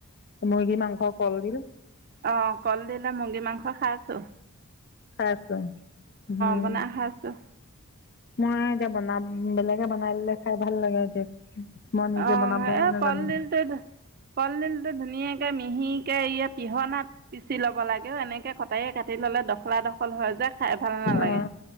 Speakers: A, on the left (about 50°); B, on the right (about 40°).
A: মুৰ্গী মাংসৰ কলডিল
B: অ' কলদিলে মুৰ্গী মাংস খাই আছোঁ‌।
A: আছো উম।
B: বনাই খাইছো
A: মই এতিয়া বনাম বেলেগে বনাই দিলে খাই ভাল লাগে এতিয়া মই নিজে
B: আহ
A: বনাব
B: এ
A: নাজানিম
B: কলডিলটো কলডিল টো ধুনীয়াকে মিহিকে কিহনাত পিচি ল'ব লাগেও এনেকৈ কটায়ে কাটি ল'লে দখলা দখল হৈ যায়। খাই ভাল নালাগে।
A: অ